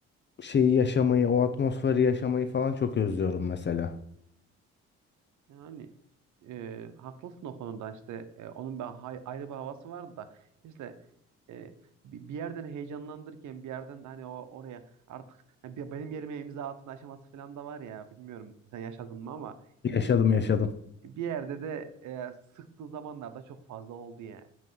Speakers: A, on the left; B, on the right.
A: şeyi yaşamayı, o atmosferi yaşamayı falan çok özlüyorum mesela.
B: Yani e, haklısın o konuda işte e, onun bir hay- ayrı bir havası vardı da işte e, bi- bir yerden heyecanlandırırken bir yerden de hani o oraya artık hani be- benim yerime imza atın aşaması falan da var ya bilmiyorum sen yaşadın mı ama
A: Yaşadım
B: yani
A: yaşadım.
B: Bir yerde de e, sıktığı zamanlarda çok fazla oldu yani.